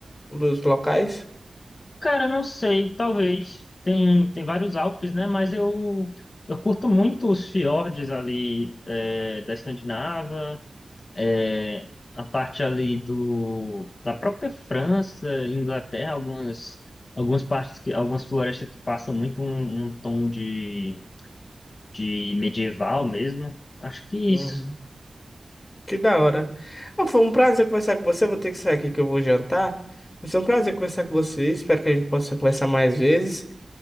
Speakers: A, on the left; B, on the left.
A: um dos locais.
B: Cara, eu não sei. Talvez. Tem, tem vários Alpes, né? Mas eu, eu curto muito os fiordes ali é, da Escandinava, é, a parte ali do, da própria França, Inglaterra, algumas, algumas partes que, algumas florestas que passam muito um um tom de de medieval mesmo. Acho que
A: Uhum.
B: isso.
A: Que da hora. Ah, foi um prazer conversar com você. Eu vou ter que sair aqui que eu vou jantar. Mas Foi um prazer conversar com você. Espero que a gente possa conversar mais vezes.